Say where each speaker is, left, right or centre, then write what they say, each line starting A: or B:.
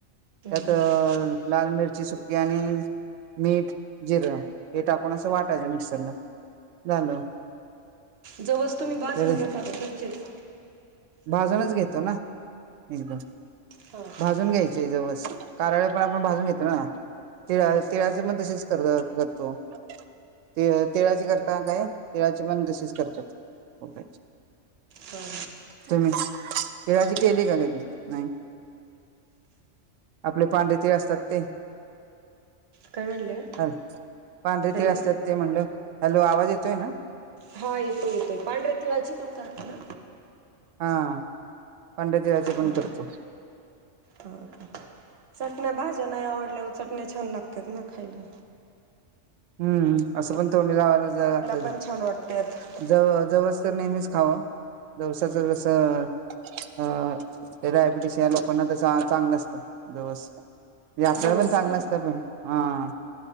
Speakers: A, on the right; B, on the right.
A: हम्म
B: त्यात लाल मिरची सुकी आणि मीठ, जिरं हे टाकून असं वाटायचं मिक्सरला झालं.
A: जवस तुम्ही भाजून
B: तर
A: घेता का कच्चेच?
B: भाजूनच घेतो ना एकदाम
A: हा का
B: भाजून घ्यायच. जवस काराळे पण आपण भाजुन घेतो ना तिळा तिळाचं पण तसेच कर करतो ते तिळाची करता काय तिळाची पण तशीच करतात खुप
A: तर
B: तुम्ही तिळाची केली का कधी नाही आपले पांढरे तिळ असतात ते
A: काय म्हणल्या?
B: ह पांढरे
A: हॅलो.
B: तीळ असतात ते म्हणल हॅलो आवाज येतोय ना
A: हा येतोय येतोय पांढरे तिळाची पण करतो ना
B: हा पांढरी तीळाची
A: हा
B: पण करतो
A: हा का चटण्या भााज्या नाही आवडलंय चटण्या छान लागतेत ना खायला
B: हम्म असं पण तोंडी लावायला जां लागत
A: पण छान वाटत्यात.
B: त जव जवस तर नेहमीच खावा जवसाचसं अ ते डायबिटीस च्या लोकांना त्याच चांगलं असतं जवस आपल्याला
A: जवस
B: पण चांगल्या
A: का?
B: असत पण हा